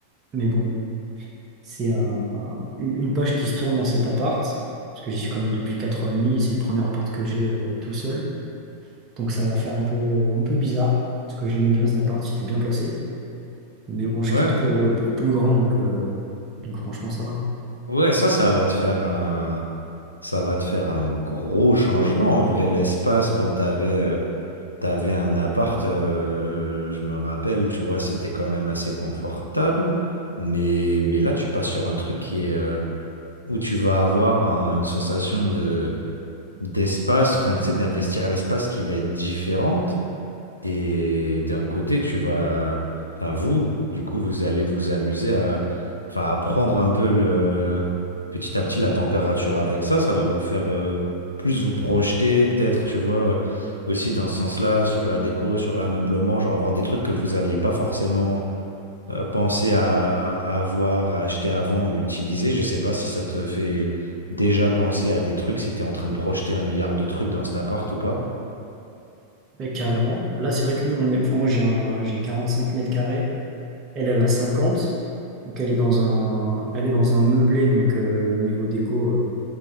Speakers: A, on the right; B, on the left.
A: Mais bon, c'est un- une page qui se tourne dans cet appart, parce que j'y suis quand même depuis 4 ans et demi. C'est le premier appart que j'ai euh, tout seul. Donc ça va faire un peu, un peu bizarre, parce que je l'aimais bien cet appart, il était bien placé. Mais bon, je
B: Ouais,
A: quitte pour, euh, pour plus grand, donc, euh, donc franchement, ça va.
B: Ouais, ça, ça va te faire un, ça va te faire un gros changement. En vrai, l'espace, bon, t'avais, euh, t'avais un appart, euh, je me rappelle, tu vois, c'était quand même assez confortable. Mais, mais là, tu passes sur un truc qui est, euh, où tu vas avoir un- une sensation de, d'espace, enfin, tu sais, d'investir à l'espace qui va être différente. Et d'un côté, tu vas, enfin vous, du coup, vous allez vous amuser à, enfin, à prendre un peu le, petit à petit la température avec ça. Ça va vous faire euh, plus vous projeter, peut-être, tu vois, euh, aussi dans ce sens-là, sur la déco, sur l'ameublement, genre avoir des trucs que vous n'aviez pas forcément euh, pensé à, à avoir, à acheter avant ou utiliser. Je sais pas si ça te fait déjà penser à des trucs, si tu es en train de projeter un milliard de trucs dans cet appart ou pas.
A: Mais carrément. Là, c'est vrai que nous, on est. Enfin, moi, j'ai un... j'ai 45 mètres carrés. Elle, elle a 50. Donc, elle est dans un, elle est dans un meublé. Donc, euh, niveau déco, euh,